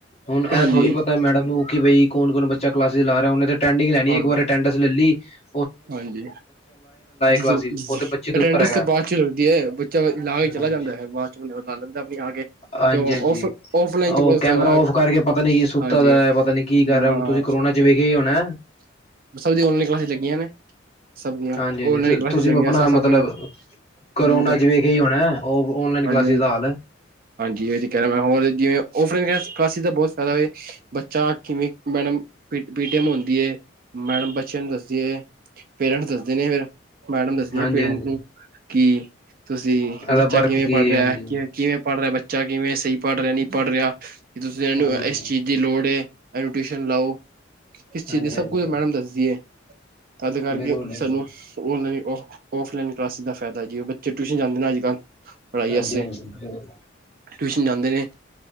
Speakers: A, on the left; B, on the right.
A: ਹੁਣ ਏਹ
B: ਹਾਂਜੀ
A: ਥੋੜ੍ਹੀ ਪਤਾ ਮੈਡਮ ਨੂੰ ਕਿ ਬਈ ਕੋਨ ਕੋਨ ਬੱਚਾ ਕਲਾਸਿਸ ਲਾ ਰਿਹਾ, ਓਨੇ ਤੇ ਟੈਂਡਿੰਗ ਈ ਲੈਣੀ,
B: ਹਾਂਜੀ
A: ਇੱਕ ਵਾਰ ਅਟੈਂਡੈਂਸ ਲੈਲੀ ਹ
B: ਹਾਂਜੀ, ਜੀ-ਜੀ-ਸ
A: ਕਲਾਸਿਸ ਉਹ ਤੇ ਬੱਚੇ ਦੇ
B: ਅਟੈਂਡਸ
A: ਉੱਪਰ ਹੈਗਾ।
B: ਤਾਂ ਬਾਅਦ ਚ ਲੱਗਦੀ ਐ, ਬੱਚਾ ਲਾ ਕੇ ਚਲਾ
A: ਹਾਂਜੀ।
B: ਜਾਂਦਾ ਹੈ। ਬਾਅਦ ਚ ਲਾ ਲੈਂਦਾ ਆਪਣੁ ਆ ਕੇ,
A: ਹਾਂਜੀ
B: ਤੇ ਓਫ
A: ਹਾਂਜੀ।
B: ਓਫਲਾਈਨ ਚ
A: ਉਹ
B: ਬਹੁਤ
A: ਕੈਮਰਾ
B: ਫਾਇਦਾ।
A: ਔਫ ਕਰਕੇ ਪਤਾ ਨੀ ਕੀ ਸੁੱਤਾ
B: ਹਾਂਜੀ,
A: ਦਾ
B: ਹਾਂ।
A: ਪਤਾ ਨੀ ਕੀ ਕਰ ਰਿਹਾ ਹੁਣ ਤੁਸੀਂ ਕਰੋਨਾ ਚ ਵੇਖਿਆ ਹੀ ਹੋਣਾ।
B: ਬਸ ਉਹਦੀ ਔਨਲਾਈਨ ਕਲਾਸ ਲੱਗੀਆਂ ਨੇ। ਸਬ ਦੀਆਂ,
A: ਹਾਂਜੀ
B: ਹੋਰ
A: ਹਾਂਜੀ
B: ਨਵੀ ਕਲਾਸਿਸ
A: ਤੁਸੀਂ
B: ਲਗੀਆਂ
A: ਆਪਣਾ
B: <unintelligible> ਸਾਫ ਸਾਫ
A: ਮਤਲਬ
B: ਬਣਾਈ
A: ਕਰੋਨਾ
B: ਹੁਣ
A: ਚ ਵੇਖਿਆ ਹੀ ਹੋਣਾ ਉਹ ਔਨਲਾਈਨ
B: ਹਾਂਜੀ
A: ਕਲਾਸਿਸ ਦਾ ਹਾਲ
B: ਹਾਂਜੀ ਜਿਵੇਂ ਉ <unintelligible> ਓਫ ਲਾਇਨ ਕਲਾਸਿਸ ਦਾ‌ ਬਹੁਤ ਫਾਇਦਾ ਜੀ ਬੱਚਾ ਕਿਵੇਂ ਮੈਡਮ ਪੀਟੀਐਮ ਹੁੰਦੀਏ। ਮੈਡਮ ਬੱਚਿਆਂ ਨੂੰ ਦੱਸਦੀ ਏ ਪੇਰੈਂਟਸ ਦੱਸਦੇ ਨੇ ਫਿਰ ਮੈਡਮ ਦੱਸਣੀ
A: ਹਾਂਜੀ
B: ਆ ਪੇਰੈਂਟਸ
A: ਹਾਂਜੀ
B: ਨੂੰ ਕੀ? ਤੁਸੀਂ
A: ਇਹਦਾ
B: ਬੱਚਾ
A: ਵਰਕ
B: ਕਿਵੇਂ
A: ਕੀ
B: ਪੜ੍ਹ ਰਿਐ
A: ਹੈ
B: ਐ।
A: ਹਾਂਜੀ।
B: ਕਿਵੇਂ ਕਿਵੇਂ ਪੜ੍ਹ ਰਿਆ ਬੱਚਾ, ਕਿਵੇਂ ਸਹੀ ਪੜ੍ਹ ਰਿਆ, ਨਹੀਂ ਪੜ੍ਹ ਰਿਆ। ਕਿ ਤੁਸੀਂ ਇਹਨੂੰ
A: ਹਾਂਜੀ ਹਾਂਜੀ।
B: ਇਸ ਚੀਜ਼ ਦੀ ਲੋੜ ਏ, ਇਹਨੂੰ ਟਿਊਸ਼ਨ ਲਾਓ ਇਸ ਚੀਜ਼
A: ਹਾਂਜੀ
B: ਦੀ ਸਭ
A: ਹਾਂਜੀ
B: ਵੀ ਮੈਡਮ ਦੱਸਦੀ ਐ। ਐਦੇ ਕਰ
A: ਬਿਲਕੁਲ
B: ਕੇ
A: ਬਿਲਕੁਲ
B: ਸਾਨੂੰ ਓ ਹ ਨੀ ਓਹ ਓਫਲਾਇਨ ਰਸ ਦਫ ਫਾਇਦਾ ਕੀ ਐ, ਬੱਚੇ ਟਿਊਸ਼ਨ ਜਾਂਦੇ ਨੇ, ਅਜ ਕਲ ਪੜ੍ਹਾਈ
A: ਹਾਂਜੀ
B: ਵਾਸਤੇ,
A: ਹਾਂਜੀ ਬਿਲਕੁਲ
B: ਟਿਊਸ਼ਨ ਜਾਂਦੇ ਨੇ।